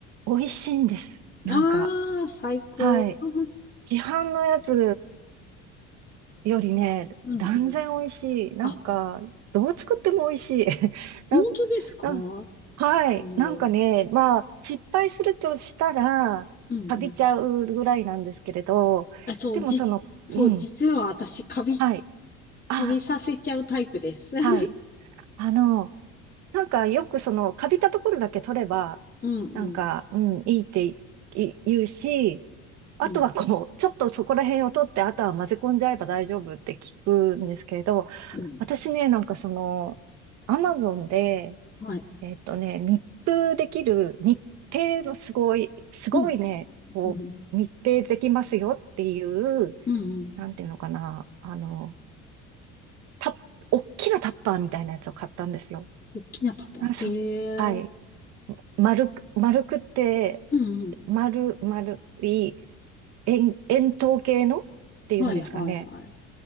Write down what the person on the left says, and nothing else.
ああー、最高。
うん。
うん。
あ、
本当ですか
すごい。
うんうん
あ、そう、
じ、そう、
実は私、カビ、
カビさせちゃうタイプです。
<laughs>
うん、
うん、
うん、
うん。
はい。
うん、
うん、
うん、うん。
大きなパパ。
へ
え。
うん、うん。
はい、はい、は